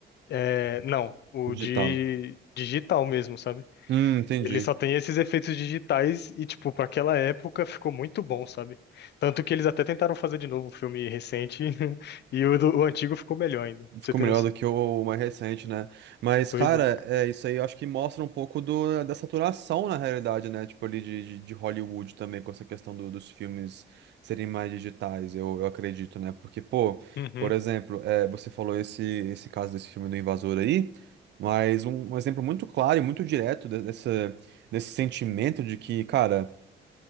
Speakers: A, on the left; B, on the right.
A: eh, não, o
B: digital.
A: de digital mesmo, sabe?
B: Hum, entendi.
A: Ele só tem esses efeitos digitais e, tipo, para aquela época ficou muito bom, sabe? Tanto que eles até tentaram fazer de novo o filme recente <laughs> e o, do- o antigo ficou melhor ainda. pra
B: Ficou
A: Você tem
B: melhor
A: noção?
B: do que o mais recente, né? Mas,
A: Pois
B: cara,
A: é.
B: é isso aí, eu acho que mostra um pouco do, da saturação na realidade, né? Tipo, ali de, de, de Hollywood também, com essa questão do- dos filmes serem mais digitais, eu, eu acredito, né? Porque, pô,
A: Uhum,
B: por exemplo, é, você falou esse, esse caso desse filme do Invasor aí, mas um, um exemplo muito claro e muito direto de- dessa, desse sentimento de que, cara